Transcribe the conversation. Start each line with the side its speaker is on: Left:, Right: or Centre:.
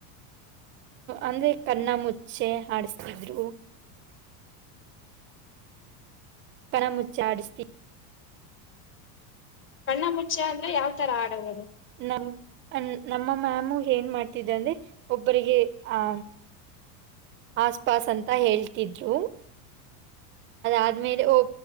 Right: ಅಂದ್ರೆ ಕನ್ನ ಮುುಚ್ಚೆ ಆಡಿಸತಿದ್ರು ಪರಮುಚ್ಚಾಡಿಸ್ತಿ
Left: ಕಣ್ಣ ಮುಚ್ಚ ಅಂದ್ರೆ ಯಾವ್ ತರ ಆಡದು
Right: ನಮ ನಮ್ಮ ಮ್ಯಾಮು ಏನ್ ಮಾಡ್ತಿದ್ದ ಅಂದ್ರೆ ಒಬ್ಬರಿಗೆ ಆ ಆಸ್ಪಾಸ್ ಅಂತ ಹೇಳ್ತಿದ್ರು ಆದ್ಮೇಲೆ ಓ